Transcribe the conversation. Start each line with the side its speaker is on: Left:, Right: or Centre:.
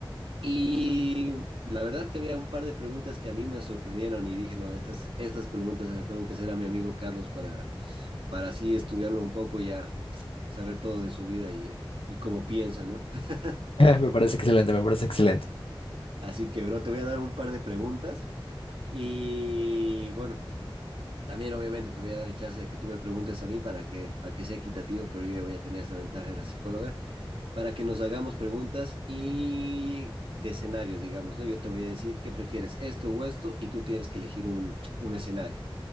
Right: Y la verdad que había un par de preguntas que a mí me sorprendieron y dije, no, estas, estas preguntas se las tengo que hacer a mi amigo Carlos para para así estudiarlo un poco y ya saber todo de su vida y, y cómo piensa, ¿no? <laughs>
Left: Me parece excelente, me parece excelente.
Right: Así que, bro, te voy a dar un par de preguntas y bueno, también obviamente te voy a dar el chance de que tú me preguntes a mí para que, para que sea equitativo, pero yo ya voy a tener esta ventaja de la psicóloga, para que nos hagamos preguntas y de escenarios, digamos, ¿no? Yo te voy a decir qué prefieres, esto o esto, y tú tienes que elegir un, un escenario.